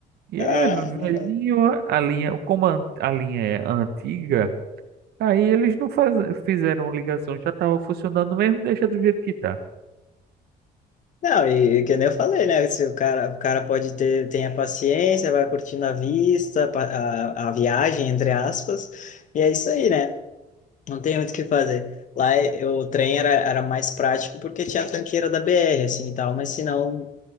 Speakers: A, on the right; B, on the left.
A: E
B: ah.
A: é velhinho,
B: ah.
A: a linha, como a, a linha é antiga. Aí eles não faz... fizeram ligação, já tava funcionando mesmo, deixa do jeito que tá.
B: Não, e e que nem eu falei, né? Se o cara, o cara pode ter, tem a paciência, vai curtindo a vista, pa- a, a viagem, entre aspas, e é isso aí, né? Não tem muito o que fazer. Lá eh, o trem era, era mais prático porque tinha a tranqueira da BR, assim, e tal, mas se não,